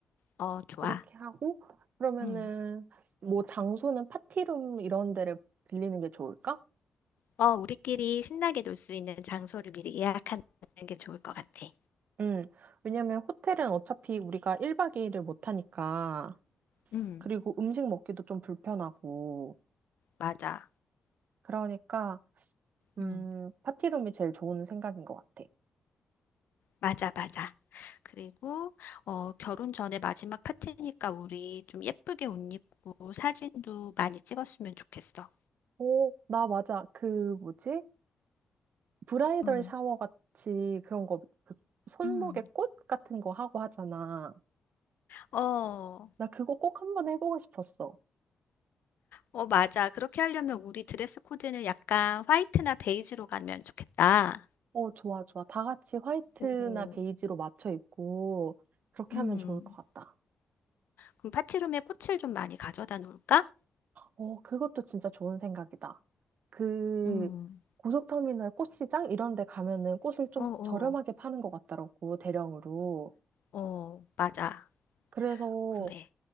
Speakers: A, on the left; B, on the right.
A: 어, 좋아.
B: 그렇게 하고, 그러면은,
A: 응,
B: 뭐, 장소는 파티룸 이런 데를 빌리는 게 좋을까?
A: 어, 우리끼리 신나게 놀 수 있는 장소를 미리 예약하는 게 좋을 것 같아.
B: 응, 왜냐면 호텔은 어차피 우리가 1박 2일을 못 하니까,
A: 응,
B: 그리고 음식 먹기도 좀 불편하고,
A: 맞아.
B: 그러니까, 음,
A: 응.
B: 파티룸이 제일 좋은 생각인 것 같아.
A: 맞아, 맞아. 그리고 어, 결혼 전에 마지막 파티니까 우리 좀 예쁘게 옷 입고 사진도 많이 찍었으면 좋겠어.
B: 오, 나 맞아. 그, 뭐지? 브라이덜
A: 응,
B: 샤워 같이 그런 거, 그 손목에
A: 응.
B: 꽃 같은 거 하고 하잖아.
A: 어,
B: 나 그거 꼭 한번 해보고 싶었어.
A: 어, 맞아. 그렇게 하려면 우리 드레스 코드는 약간 화이트나 베이지로 가면 좋겠다.
B: 어, 좋아, 좋아. 다 같이 화이트나
A: 오,
B: 베이지로 맞춰 입고 그렇게
A: 음,
B: 하면 좋을 것 같다.
A: 그럼 파티룸에 꽃을 좀 많이 가져다 놓을까?
B: 어, 그것도 진짜 좋은 생각이다. 그
A: 음,
B: 고속터미널 꽃시장 이런 데 가면은 꽃을 좀
A: 어, 어,
B: 저렴하게 파는 것 같더라고, 대령으로.
A: 어, 맞아.
B: 그래서
A: 그래.